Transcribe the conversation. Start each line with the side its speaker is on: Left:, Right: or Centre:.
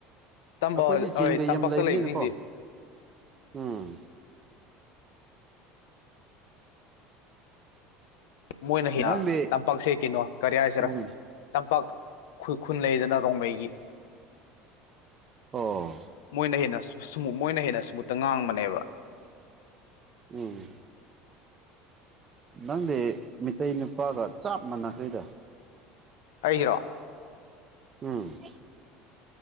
Left: ꯇꯝꯕ
Right: ꯑꯩꯈꯣꯏꯗꯤ ꯆꯤꯡꯗ
Left: ꯍꯣꯏ ꯇꯝꯄꯥꯛꯇ
Right: ꯌꯥꯝ ꯂꯩꯕꯅꯤꯅꯀꯣ
Left: ꯂꯩꯕꯁꯤꯡꯗꯤ
Right: ꯎꯝ
Left: ꯃꯣꯏꯅ ꯌꯥ
Right: ꯅꯪꯗꯤ
Left: ꯇꯝꯄꯥꯛꯁꯦ ꯀꯩꯅꯣ ꯀꯔꯤ ꯍꯥꯏꯁꯤꯔ
Right: ꯎꯝ
Left: ꯇꯝꯄꯥꯛ ꯈꯨ ꯈꯨꯟ ꯂꯩꯗꯅ ꯔꯣꯡꯃꯩꯒꯤ
Right: ꯑꯣ
Left: ꯃꯣꯏꯅ ꯍꯦꯟꯅ ꯁꯨꯃ ꯃꯣꯏꯅ ꯍꯦꯟꯅ ꯁꯨꯃꯨꯠꯇ ꯉꯥꯡꯕꯅꯦꯕ
Right: ꯎꯝ ꯅꯪꯗꯤ ꯃꯤꯇꯩ ꯅꯨꯄꯥꯒ ꯆꯞ ꯃꯥꯟꯅꯈ꯭ꯔꯦꯗ
Left: ꯑꯩꯔꯣ
Right: ꯎꯝ